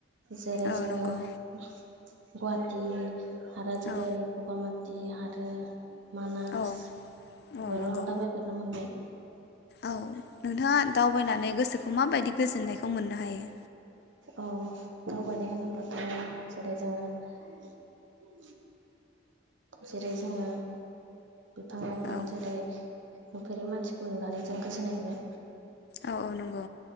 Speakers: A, on the right (about 80°); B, on the left (about 55°).
A: जेरै <unintelligible>
B: औ नंगौ
A: गुवाहाटि आरो जेरै
B: औ
A: बगामाति दि <unintelligible> मानास
B: औ
A: बेफोराव
B: औ नंगौ
A: आं दावबायफेरनो मोनबाय
B: औ नोंथाङा दावबायनानै गोसोखौ माबायदि गोजोननायखौ मोननो हायो
A: औ दावबायनाय होनोब्लाथाय जेरै जोङो जेरै जोङो बिफां लाइफां
B: औ
A: जेरै नुफेरै मानसिखौ नुनानै जों गोजोननाय मोनो
B: औ औ नंगौ